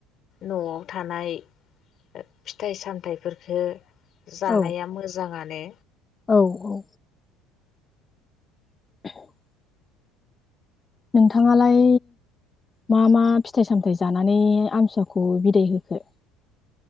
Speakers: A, on the left; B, on the left.
A: न'आव थानाय फिथाइ सामथाइफोरफोरखौ जानाया
B: औ
A: मोजांआनो
B: औ औ <unintelligible> नोंथाङालाय मा मा फिथाइ सामथायाइ जानानै आमसुवाखौ बिदाय होखो